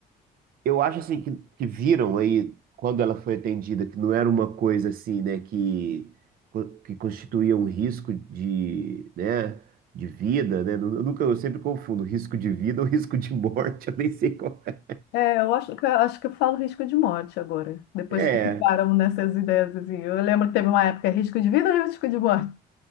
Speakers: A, on the right; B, on the left.
A: Eu acho assim que, que viram aí quando ela foi atendida que não era uma coisa assim, né, que co- que constituía um risco de, né, de vida, né? Eu nunca, eu sempre confundo risco de vida ou <laughs> risco de morte, <laughs> eu nem sei qual é.
B: É, eu acho que, acho que eu falo risco de morte agora, depois
A: É,
B: que param nessas ideias, assim. Eu lembro que teve uma época, risco de vida ou risco de morte?